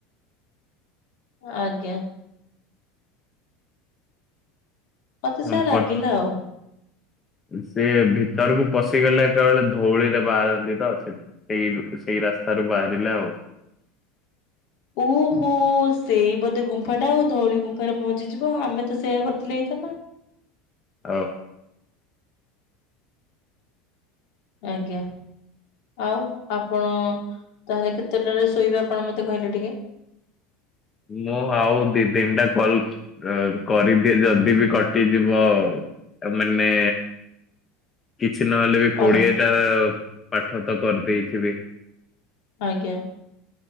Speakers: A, on the left; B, on the left.
A: ଆଜ୍ଞା। ମତେ
B: <unintelligible>
A: ସେୟା ଲାଗିଲା ଆଉ।
B: ସିଏ ଭିତରକୁ ପଶିଗଲେ ଏକାବେଳେ ଧଉଳିରେ ବାହାରନ୍ତି ତ ସେଥି ସେଇ ରୁ ସେଇ ରାସ୍ତାରୁ ବାହାରିଲା ଆଉ।
A: ଓହୋ ସେଇ ବୋଧେ ଗୁମ୍ଫା ଟା ଆଉ ଧଉଳି ଗୁମ୍ଫାରେ ପହଞ୍ଚିଯିବ ଆମେ ତ ସେଇୟା କରିଥିଲେ ହେଇଥାନ୍ତା।
B: ଓ
A: ଆଜ୍ଞା। ଆଉ ଆପଣ ତାହେଲେ କେତେଟାରେ ଶୋଇବେ ଆପଣ ମତେ କହିଲେ ଟିକେ?
B: ମୁଁ ଆଉ ଦି ତିନିଟା କଲ ଅ କରିଦିଏ ଯଦି ବି କଟିଯିବ ମାନେ କିଛି ନହେଲେ ବି
A: କଣ?
B: କୋଡିଏ ଟା ପାଠ ତ କରିଦେଇଥିବି।
A: ଆଜ୍ଞା।